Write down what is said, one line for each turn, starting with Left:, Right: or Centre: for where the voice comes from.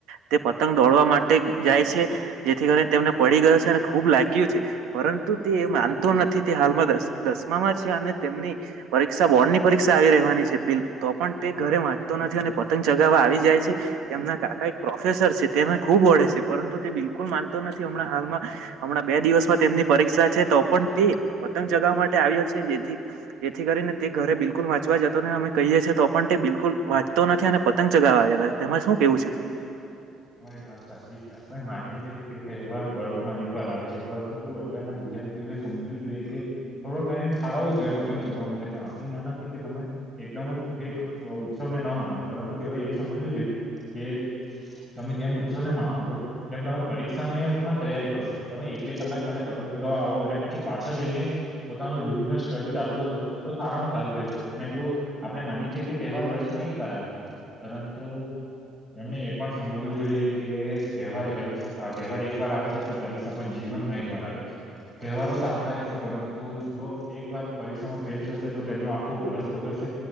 Right: તે પતંગ દોડવા માટે જાય છે. જેથી કરીન તેમને પડી ગયો છે અને ખૂબ લાગ્યું છે. પરંતુ તે એ માનતો નથી. તે હાલમાં દસ-દસમામાં છે અને તેમની પરીક્ષા બોર્ડની પરીક્ષા આવી રેહવાની છે. તો પણ તે ઘરે વાંચતો નથી અને પતંગ ચગાવવા આવી જાય છે. તેમના કાકા એક પ્રો પ્રોફેસર છે. તેને ખુબ વઢે છે. પરંતુ તે બિલકુલ માનતો નથી. હમણાં હાલમાં હમણાં બે દિવસમાં તેમની પરીક્ષા છે તો પણ તે પતંગ ચગાવવા માટે આવ્યો છે. જેથી જેથી કરીને તે ઘરે બિલકુલ વાંચ વા જતો નઈ. અમે કહીએ છીએ તો પણ તે બિલકુલ વાંચતો નથી અને પતંગ ચગાવવાતા આવ્યા કરે. તેમાં શું કેવું છે?
Centre: હા એ વાત સાચી છે. આપણે માનીએ છીએ કે તહેવાર વરષમાં એક વાર આવે છે પરંતુ અત્યારના વિદ્યાર્થીઓએ સમજવું જોઈએ કે થોડો ટાઈમ ફાળવો જોઈએ પતંગ ચગાવવા માટે પણ આપડી ના નથી કે તમે એકદમ જ એક ઉત્સવને ન માણો. પરંતુ તેઓએ એ સમજવું જોઈએ કે તમે જેમ ઉત્સવને માણો છો તેમ તમે પરીક્ષાને પણ તૈયારી કરો. તમે એક બે કલાક માટે પતંગ ચગાવવા આવો અને પછી પાછા જઈને પોતાનું વિવિધ સ્ટડી ચાલુ કર દો તો સારામાં સારું રહેશે અને જો આપડે માનીએ છીએ કે તહેવાર વર્ષમાં એક વાર આવે છે પરંતુ એમને એ પણ સમજવું જોઈએ કે તહેવારે પરીક્ષા અ તહેવાર એક વાર આવે છે તેમ પરીક્ષા પણ જીવનમાં એક વાર આવે છે. તહેવારો તો આવતા રહેશે પરંતુ જો એક વાર પરીક્ષામાં ફેલ થશે તો તેમનું આખું વરષ બગડશે.